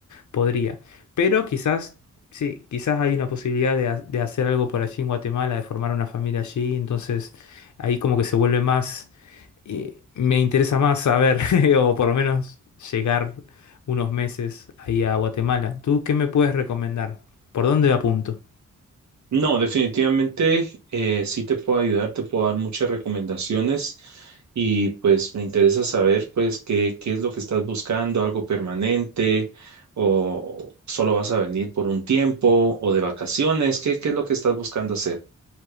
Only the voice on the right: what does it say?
No, definitivamente eh, sí te puedo ayudar, te puedo dar muchas recomendaciones y pues me interesa saber pues qué, qué es lo que estás buscando, algo permanente o solo vas a venir por un tiempo o de vacaciones, ¿qué, qué es lo que estás buscando hacer?